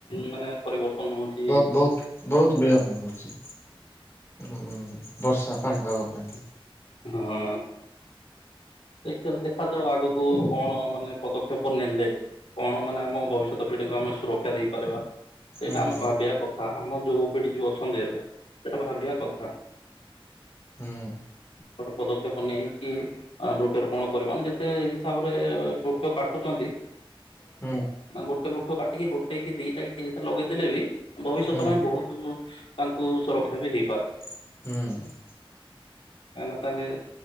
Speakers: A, on the left; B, on the left.
A: ମାନେ ପରିବର୍ତ୍ତନ ହଉଛି
B: ବହୁତ ବହୁତ ବହୁତ ବିଳମ୍ବ ହଉଛି। ହୁଁ ବର୍ଷା ପାଣିପାଗ ପାଇଁ କି?
A: ହଁ। ଦେ ଦେଖାଯାଉ ଆଗକୁ କଣ ମାନେ ପଦକ୍ଷେପ ନେଲେ? କଣ ମାନେ ଆମ ଭବିଷ୍ୟତ ପିଢିଙ୍କୁ ଆମେ ସୁରକ୍ଷା ଦେଇପାରିବା? ସେଇଟା
B: ହୁଁ
A: ଆମେ
B: ହୁଁ
A: ଭାବିବା କଥା ଆମ ଯୁଉ ପିଢି ଯୋଉ ଅଛନ୍ତି ଏବେ ସେଇଟା ଭାବିବା କଥା।
B: ହୁଁ।
A: ଗୋଟେ ପଦକ୍ଷେପ ନେଇକି ବୃକ୍ଷରୋପଣ କରିବା ନା ଯେତେ ହିସାବରେ ବୃକ୍ଷ କାଟୁଛନ୍ତି।
B: ହୁଁ ହୁଁ
A: ଗୋଟେ ପକ୍ଷ କାଟିକି ଗୋଟେ କି ଦିଟା କି ତିନିଟା ଲଗେଇଦେଲେ ବି ଭବିଷ୍ୟତ
B: ହୁଁ
A: ପାଇଁ ବହୁତ ତାଙ୍କୁ ସୁରକ୍ଷା ବି ହେଇପାରେ।
B: ହୁଁ।
A: କାହିଁକିନା ତାଙ୍କେ